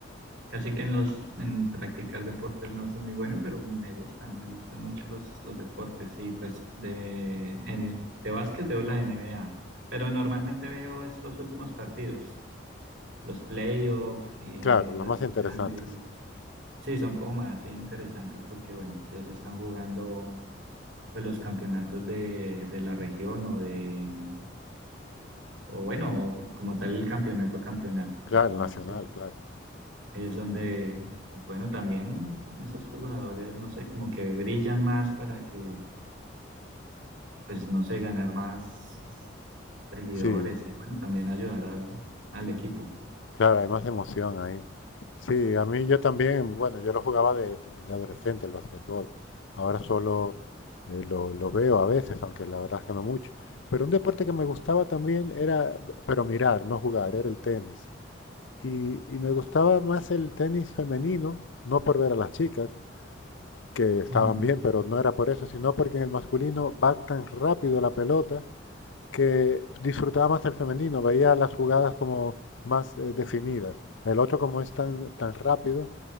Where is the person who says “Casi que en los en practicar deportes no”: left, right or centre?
Right